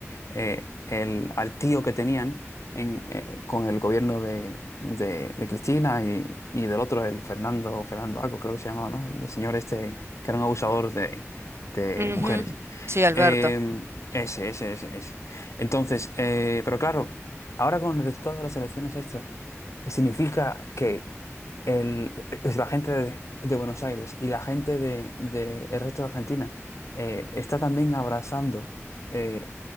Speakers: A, on the left; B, on the right.
A: eh, el- al tío que tenían en, eh, con el gobierno de, de- de Cristina y, y del otro, el Fernando, Fernando Aco, creo que se llamaba, ¿no? El, señor este, que era un abusador de, de
B: Ujú.
A: mujeres.
B: Sí, Alberto.
A: Eh, ese, ese, ese, ese. Entonces, eh, pero claro, ahora con el resultado de las elecciones, esto significa que el, es la gente de, de Buenos Aires y la gente de, de el resto de Argentina eh, está también abrazando eh,